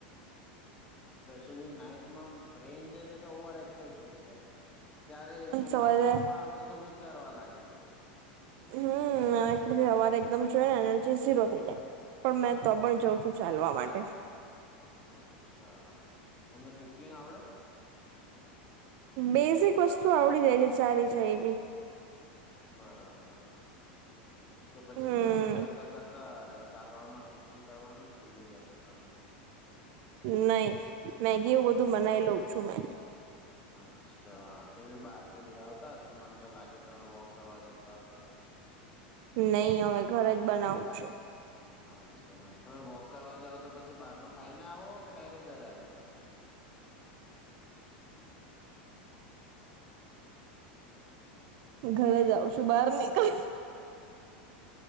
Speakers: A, on the left (about 15°); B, on the right (about 50°).
A: સ્પેશ્યલી નાઈટમાં બ્રેન જે છે તો ઓવર એક્ટિવ થઈ જાય. ત્યારે સુવાનું
B: સવારે
A: હોય પણ આ બધું વિ ઉચારવા લાગી જાય.
B: હમ પછી હવાર એકદમ જોએ ને એજી સીરો થઇ જાય. પણ મેં તો
A: હમ
B: પણ જાઉં છું ચાલવા માટે. <inaudible>
A: અચ્છા તને કુકિંગ આવડે.
B: બેઝિક વસ્તુ આવડી જાય છે ચાલી જાય એવી.
A: બરાબર. કે પછી
B: હમ
A: કુકિંગ કરતા કરતા અ ચાલવામાં કુ બુકિંગ કરવાનું જ ભૂલી ગયા છો તમે.
B: નહી મેગીઓ બધું બનાવી લઉં છું મેં.
A: અચ્છા એ બી બહાર થી લઈ આવતા હશે મન તો લાગે તમે વોક કરવા જતા હશો તો.
B: નહી હવે ઘરે જ બનાવું છું.
A: અચ્છા તમે વોક કરવા જાવ. તો પછી બહારનું ખાઈને આવો કે ડાયરેક્ટ ઘરે આવી જ
B: ઘરે જાઉ છું, બહાર નીકળ.